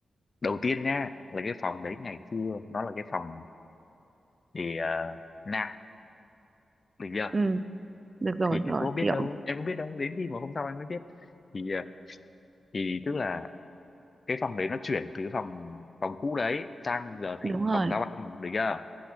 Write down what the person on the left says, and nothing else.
đầu tiên nha là cái phòng đấy ngày xưa nó là cái phòng để uh, nạp được chưa
thì em
có biết
đâu em có biết đâu đến khi mà hôm sau em mới biết thì ờ, thì tức là cái phòng đấy nó chuyển từ phòng phòng cũ đấy sang giờ
thành
phòng giao băng được chưa